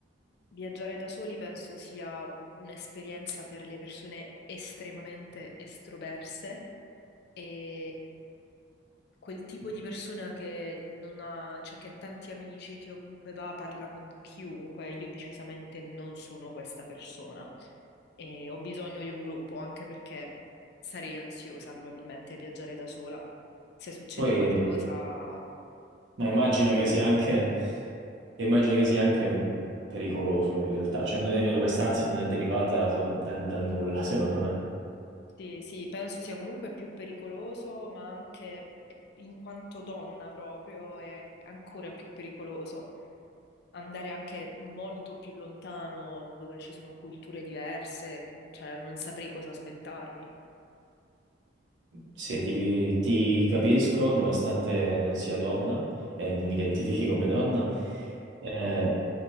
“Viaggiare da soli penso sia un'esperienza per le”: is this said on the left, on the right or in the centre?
Left